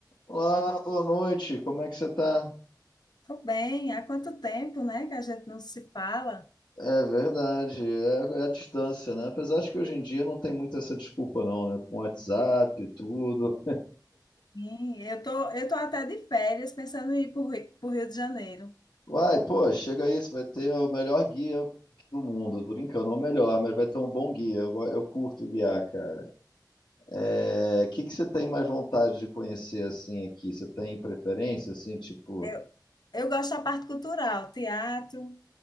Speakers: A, on the left; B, on the left.
A: Olá, boa noite. Como é que você tá?
B: Tô bem, há quanto tempo, né, que a gente não se fala?
A: É verdade, é, é a distância, né? Apesar de que hoje em dia não tem muito essa desculpa, não, né? Com WhatsApp, e tudo.
B: Sim, eu tô, eu tô até de férias pensando em ir para o Rio de Janeiro.
A: Vai, pô, chega aí, você vai ter o melhor guia do mundo. Tô brincando, ou melhor, mas vai ter um bom guia. Eu, go- eu curto guiar, cara. É, que que você tem mais vontade de conhecer, assim, aqui? Você tem preferência, assim, tipo...
B: Eu, eu gosto da parte cultural, teatro.